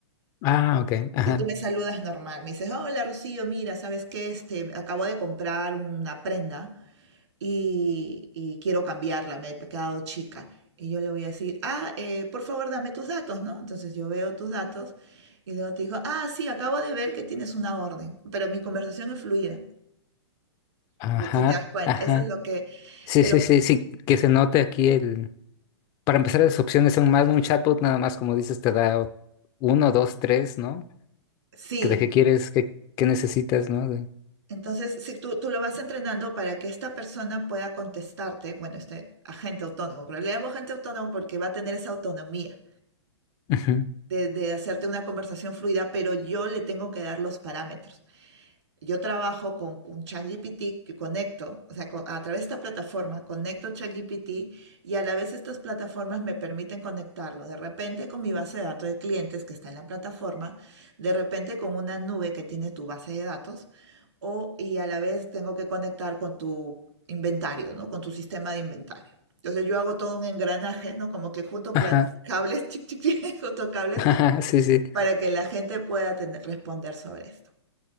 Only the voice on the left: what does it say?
Ah, ok. Ajá.
Ajá.
Ajá.
Sí,
sí, sí, sí. Que se note aquí el... Para empezar, las opciones son más, ¿no? Un chatbot nada más, como dices, te da uno, dos, tres, ¿no?
Que ¿De qué quieres? ¿Qué, qué necesitas, ¿no? De...
Ujú.
Ajá,
<laughs> ajá, sí, sí.